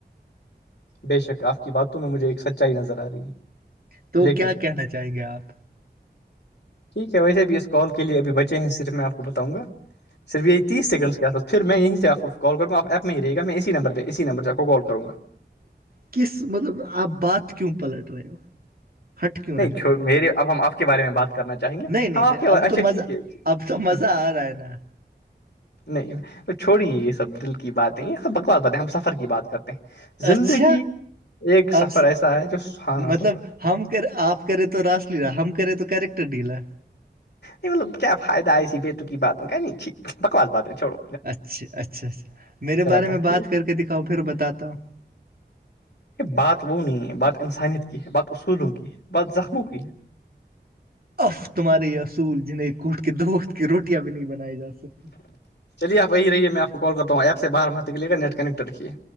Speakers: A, on the left; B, on the right.
A: بے شک آپ کی باتوں میں مجھے ایک سچائی نظر آ رہی ہے
B: تو
A: لیکن
B: کیا کہنا چاہیں گے آپ
A: ٹھیک ہے ویسے بھی اس کال کے لیے بچے ہیں صرف میں آپ کو بتاؤں گا صرف یہ تیس سیکنڈز کے اس پاس پھر میں یہیں سے اپ کو کال کرو گا اپ ایپ میں ہی رہے گا میں اسی نمرہ پہ اسی نمبر سے کال کروں گا
B: کس مطلب آپ بات کیوں پلٹ رہے ہو ہٹ کیوں
A: نہیں
B: رہے ہو بات
A: میرے اب ہم آپ کے بارے میں بات کرنا چاہیں گے
B: نہیں نہیں
A: ہم آپ
B: نہیں
A: کے با
B: اب
A: اچھا
B: تو مزہ
A: ٹھیک ہے
B: اب تو مزہ آ رہا ہے نا
A: نہیں وہ چھوڑی ہے یہ سب دل کی باتیں یہ سب بکوات بتیں ہم سفر کی بات کرتے زندگی
B: اچھا
A: ایک سفر
B: اب س-
A: ایسا ہے جو سہانا
B: مطلب
A: سفر ہے
B: ہم کرے آپ کرے تو راس لیلالہ ہم کرے تو کریکٹر ڈیلا
A: نہیں مطلب کیا فائد ہے ای ایسی بے تکی باتوں کا ہے نہیں بکواس بات ہے چھڑو
B: اچھا اچھا اچھا میرے بارے
A: تھا
B: میں
A: کہ
B: بات کر کے دکھاؤ پھر بتاتا ہوں
A: بات وہ نہیں ہے بات انسانیت کی ہے بات اصولوں کی ہے بات زخموں کی ہے
B: اف تمہارے یہ اصول جنہیں کوٹ کے دو وقت کی روٹیاں بھی نہیں بنائی جا سکتی
A: چلیے آپی رہے میں آپ کو کال کرتا ہوں ایپ سے باہر ماتے کے لے کر نی کنیکٹ رکھیے